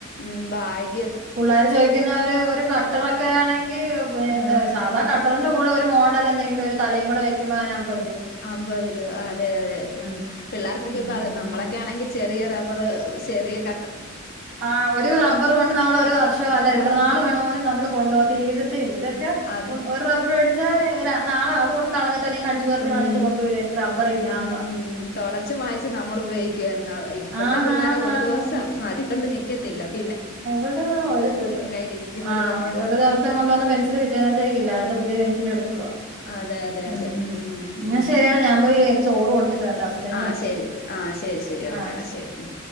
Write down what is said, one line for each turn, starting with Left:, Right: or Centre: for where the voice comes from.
Left: ഉം ബായ്
Right: പിള്ളോര് ചോദിക്കുന്നവര് ഒരു കട്ടറെ ക്കാണെങ്കിൽ
Left: ആഹ്
Right: സാധാ കുറിന്റെ കൂട്ട് ഒരു മോഡൽ എന്തെങ്കിലും ഒരു തലയും കൂടെ വയ്ക്കുമ്പോൾ അതിനമ്പ്
Left: അമ്പരു അതെ അതെ ഉ
Right: ഉം
Left: പിള്ളേർക്കൊക്കെ
Right: ഉം
Left: നമ്മളൊക്കെ ആണെങ്കിൽ ചെ ചെറിയ റബർ ചെറിയെ ക
Right: ആ ഒരു റബ്ബർ കൊണ്ട് നമ്മൾ ഒരു വർഷം അല്ലെ ഇത്ര
Left: ആഹ്
Right: നാൾ വേണ പോലും നമ്മൾ കൊണ്ടുപോക തീരത്തുമില്ല ഇതൊക്കെ
Left: അതെ
Right: ഒരു റബ്ബറുമേടി ആഹ നാളെ അതുകൊണ്ട് കളഞ്ഞിട്ട് അല്ലെങ്കിൽ കടിച്ചു പറിച്ച്
Left: ഉം
Right: കളഞ്ഞിട്ട് കൊണ്ടുവരും എനിക്ക് റബ്ബർ ഇല്ലാന്ന്
Left: ഉം
Right: പറഞ്ഞു
Left: തുടച്ചു മായ്ച്ച് നമ്മൾ ഉപയോഗിക്കായിരുന്നു ഇപ്പഴത്തെ
Right: ആന്ന്
Left: പിള്ളേരെ
Right: ആന്ന്
Left: ഒരു
Right: ആന്ന്
Left: ദിവസം <unintelligible> നി ക്കത്തില്ല
Right: എവിടെ ഒരു ഒരു
Left: കയ്യിലിരിക്കുന്നത്
Right: ആ ഒരു ദിവസം കൊണ്ടുവന്ന് പെൻസിൽ പിറ്റേനത്തേക്ക് ഇല്ല അടു <unintelligible> പുതിയ പെൻസിൽ എടു <unintelligible>
Left: അതെ അതെ
Right: ഉം
Left: അതെ
Right: എന്നാ
Left: ഉം ഉം
Right: ശരിയടാ ഞാൻ പോയി ചോറ് കൊടുത്തിട്ട് വരട്ട് ഹസ്ബൻഡ്
Left: ആഹ്
Right: ഒണ്ട്
Left: ശരി ആഹ് ശരി ശരി ഓക്കേടാ
Right: ആ
Left: ശരി ഉം